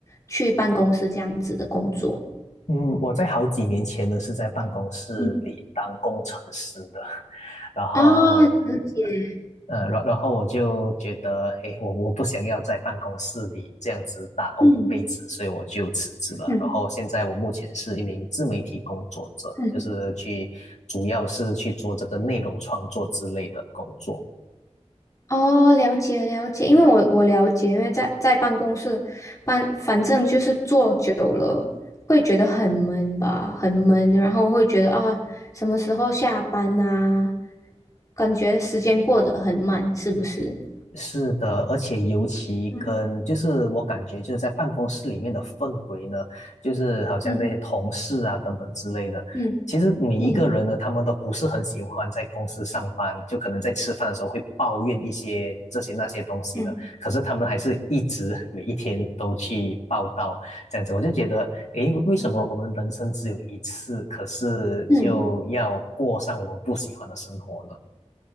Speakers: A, on the left; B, on the left.
A: 去办公室这样子的工作？
B: 嗯，我在好几年前呢是在办公室里当工程师的，
A: 嗯
B: <laughs> 然后，
A: 啊，了解。
B: 呃，然然后我就觉得，诶，我我不想要在办公室里这样子打工一辈子，
A: 嗯
B: 所以我就辞职了。
A: 嗯
B: 然后现在我目前是一名自媒体工作者，
A: 嗯，
B: 就是去主要是去做这个内容创作之类的工作。
A: 哦，了解了解。因为我我了解，因为在在办公室办，反正就是坐久了会觉得很闷吧，很闷，然后会觉得啊，什么时候下班呐、感觉时间过得很慢，是不是？
B: 是的，而且尤其跟就是我感觉就是在办公室里面的氛围呢，
A: 嗯
B: 就是好像这些同事啊等等之类的，
A: 嗯嗯
B: 其实每一个人呢，
A: 嗯
B: 他们都不是很喜欢在公司上班，就可能在吃饭的时候会抱怨一些这些那些东西的，
A: 嗯
B: 可是他们还是一直每一天都去报道这样子，我就觉得，诶，为什么我们人生只有一次，
A: 嗯
B: 可是就要过上我们不喜欢的生活呢？
A: 嗯，